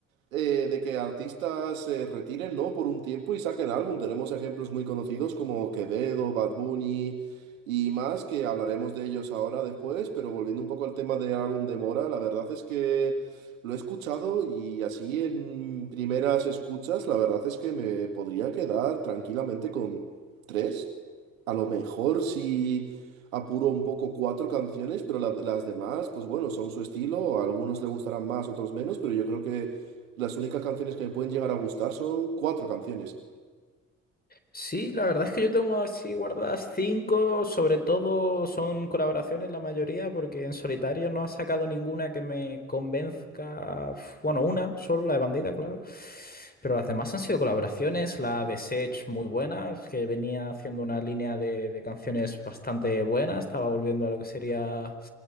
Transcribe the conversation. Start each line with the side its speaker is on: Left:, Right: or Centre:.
Right: eh, de que artistas se retiren, ¿no? Por un tiempo y saquen álbum. Tenemos ejemplos muy conocidos como Quevedo, Bad Bunny y más, que hablaremos de ellos ahora después, pero volviendo un poco al tema del álbum de Mora, la verdad es que lo he escuchado y así en primeras escuchas, la verdad es que me podría quedar tranquilamente con tres, a lo mejor si... Apuro un poco cuatro canciones, pero la- las demás, pues bueno, son su estilo, a algunos le gustarán más, otros menos, pero yo creo que las únicas canciones que me pueden llegar a gustar son cuatro canciones.
Left: Sí, la verdad es que yo tengo así guardadas cinco, sobre todo son colaboraciones la mayoría, porque en solitario no ha sacado ninguna que me convenzca. Bueno, una, solo la de Bandida, claro. Pero las demás han sido colaboraciones, la de Sech muy buena, que venía haciendo una línea de, de canciones bastante buena, estaba volviendo a lo que sería